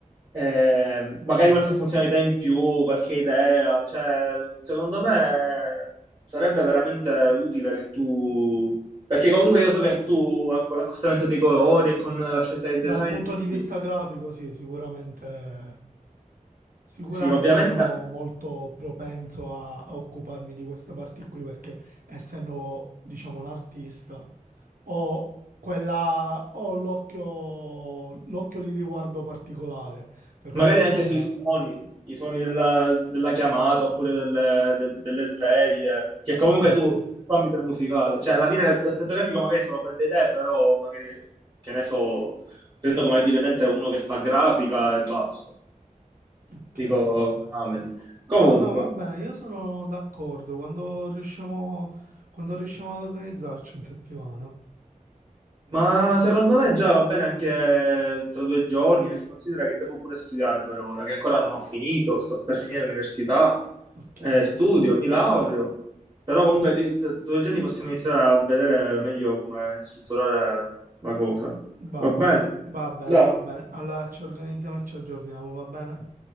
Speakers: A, on the right; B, on the right.
A: eh,
B: Ok,
A: magari qualche funzionalità in più, qualche idea, cioè, secondo me sarebbe veramente utile che tu, perché comunque io so che tu con l'accostamento dei colori e con la scelta dei
B: dal
A: design,
B: punto
A: sì,
B: di vista grafico, sì, sicuramente, sicuramente
A: sì, ovviamente
B: sono molto propenso a, a occuparmi di queste parti qui perché essendo, diciamo, un artista ho quella, ho l'occhio l'occhio di riguardo particolare per
A: magari
B: quello
A: anche
B: che è
A: sui
B: la...
A: suoni, i suoni della, della chiamata oppure delle, de- delle sveglie, che comunque
B: Esatto,
A: tu, l'ambito è musicale, cioè alla fine l'aspetto grafico magari solo per le idee, però magari, che ne so, prendo come dipendente uno che fa grafica e basta.
B: ok.
A: Dico, amen. Comunque.
B: No, no, va bene, io sono d'accordo quando riusciamo, quando riusciamo ad organizzarci in settimana.
A: Ma secondo me già va bene anche tra due giorni, perché considera che devo pure studiare per ora, che ancora non ho finito, sto per finire l'università,
B: Ok,
A: eh, studio, mi laureo, però comunque di- tra due giorni possiamo iniziare a vedere meglio come strutturare la cosa.
B: va
A: Va bene?
B: bene, va bene,
A: Dai.
B: va bene. Allora ci organizziamo e ci aggiorniamo, va bene?